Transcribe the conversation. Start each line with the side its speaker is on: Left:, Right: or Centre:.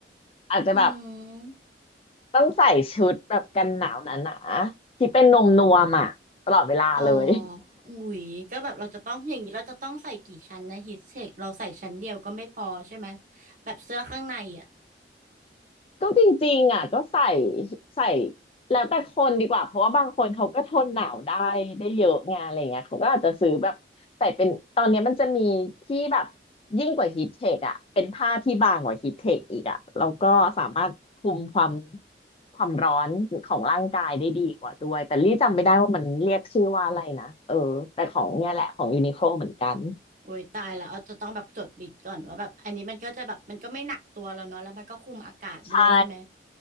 Left: อาจจะแบบ
Right: อืม
Left: ต้องใส่ชุดแบบกันหนาวหนาๆที่เป็นนมนวมอ่ะตลอดเวลาเลย
Right: อ๋ออุ๊ยก็แบบเราจะต้องอย่างนี้เราจะต้องใส่กี่ชั้นนะฮีทเทคเราใส่ชั้นเดียวก็ไม่พอใช่ไหมแบบเสื้อข้างในอ่ะ
Left: ก็จริงๆอ่ะก็ใส่ใส่แล้วแต่คนดีกว่าเพราะว่าบางคนเขาก็ทนหนาวได้ได้เยอะไงานอะไรเงี้ยเขาก็อาจจะซื้อแบบใส่เป็นตอนเนี้ยมันจะมีที่แบบยิ่งกว่าฮีทเทคอ่ะเป็นผ้าที่บางกว่าฮีทเทคอีกอ่ะแล้วก็สามารถคุมความความร้อนของร่างกายได้ดีกว่าด้วยแต่ลี่จำไม่ได้ว่ามันเรียกชื่อว่าอะไรนะเออแต่ของเนี่ยแหละของยูนิโคลเหมือนกัน
Right: โอ้ยตายแล้วเราจะต้องแบบจดลิสต์ก่อนว่าแบบอันนี้มันก็จะแบบมันก็ไม่หนักตัวแล้วเนาะแล้วมันก็คุมอากาศด้วยใช่ไหม
Left: ใช่